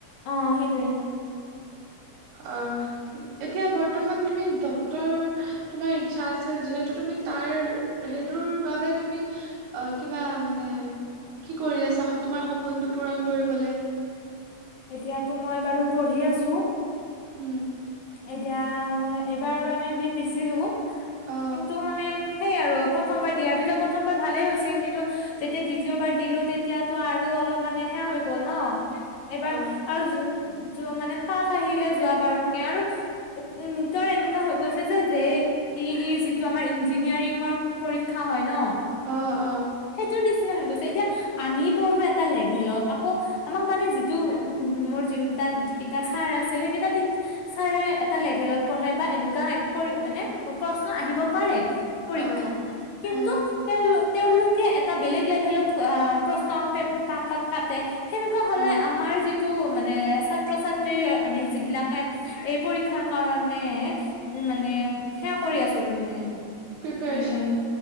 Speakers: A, on the left; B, on the right.
A: অ', সেইটোৱে।
B: অ' এতিয়া বৰ্তমান তুমি ডক্তৰ তোমাৰ ইচ্ছা আছে যিহেতু তুমি তাৰ সেইটোৰ বাবে তুমি অ', কিবা মানে, কি কৰি আছা তোমাৰ সপোনটো পূৰণ কৰিবলে
A: এতিয়াতো মই বাৰু পঢ়ি আছোঁ।
B: উম
A: এতিয়া, মই এইবাৰ মানে নীট দিছিলোঁ,
B: অ
A: কিন্তু মানে সেই আৰু প্ৰথমবাৰ দিয়াৰ পিছত প্ৰথমবাৰ ভালেই হৈছিল কিন্তু যেতিয়া দ্বিতীয়বাৰ দিলো তেতিয়াটো আৰু অলপ মানে সেয়া হৈ গ'ল ন'। এবাৰ
B: অ
A: আৰু যো-যোৱা মানে তাৰ্ফ আহিলে যোৱ বাৰতকে আৰু নিজৰ এনেকুৱা হৈ গৈছে যে ই-ই যিটো আমাৰ ইঞ্জিনিয়াৰিংৰ পৰীক্ষা হয় ন'।
B: অ অ
A: সেইটো নিচিনা হৈ গৈছে। এতিয়া আমি পঢ়ো এটা লেভেলত আকৌ আমাক মানে যিটো উম, মোৰ যিটা-যিকেইটা ছাৰ আছিলে সেইকেইটা ছাৰে এটা লেভেলত পঢ়ায় বা এনেকুৱা পৰি মানে প্ৰশ্ন আহিব পাৰে। পৰীক্ষাত।
B: অ
A: কিন্তু
B: অ
A: তেওঁলোক-তেওঁলোক একে এটা বেলেগ লেভেলত আহ প্ৰশ্ন প্ৰে কাকত কাটে সেনেকুৱা হ'লে
B: অ
A: আমাৰ যি- যিটো মানে ছাত্ৰ-ছাত্ৰী আমি যিবিলাকে এই পৰীক্ষাৰ কাৰণে উম, মানে সেয়া কৰি আছোঁ মানে।
B: প্ৰিপেৰেচন
A: উম,